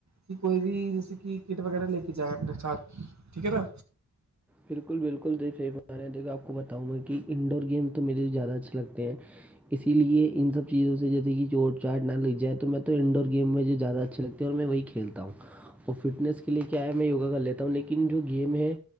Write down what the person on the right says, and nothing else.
کہ کوئی بھی جیسے کہ کٹ وغیرہ لے کے جائیں اپنے ساتھ ٹھیک ہے نا